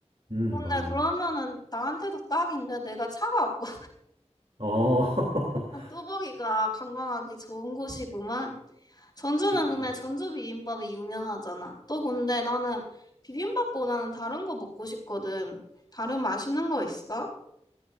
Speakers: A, on the right; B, on the left.
A: 음,
B: 근데
A: 많어.
B: 그러면은 나한테도 딱인데 내가 차가 없고
A: 어. <laughs>
B: 뚜벅이가 관광하기 좋은 곳이구만. 전주는
A: 그렇지.
B: 근데 전주 비빔밥이 유명하잖아. 또 근데 나는 비빔밥보다는 다른 거 먹고 싶거든. 다른 맛있는 거 있어?